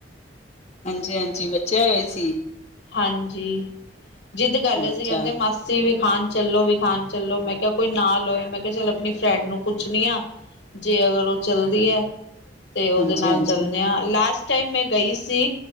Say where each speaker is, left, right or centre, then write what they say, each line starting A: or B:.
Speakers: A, on the left; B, on the left.
A: ਹਾਂਜੀ ਹਾਂਜੀ ਬੱਚੇ ਆਏ ਹੋਏ ਸੀ।
B: ਹਾਂਜੀ ਜਿੱਦ ਕਰਦੇ
A: ਅੱਛਾ
B: ਅਸੀਂ ਕਹਿੰਦੇ ਮਾਸੀ ਤੁਸੀਂ ਵਿਖਾਣ ਚੱਲੋ ਵਿਖਾਣ ਚੱਲੋ ਮੈਂ ਕਿਹਾ ਕੋਈ ਨਾ ਲੋਏ ਮੈਂ ਕਿਹਾ ਚੱਲ ਆਪਣੀ ਫਰੈਂਡ ਨੂੰ ਪੁੱਛਣੀ ਆ ਜੇ ਅਗਰ ਉਹ ਚੱਲਦੀ ਹੈ। ਤੇ ਉਹਦੇ
A: ਹਾਂਜੀ
B: ਨਾਲ
A: ਹਾਂਜੀ
B: ਚੱਲਣਾ ਆ ਲਾਸਟ ਟਾਈਮ ਮੈਂ ਗਈ ਸੀ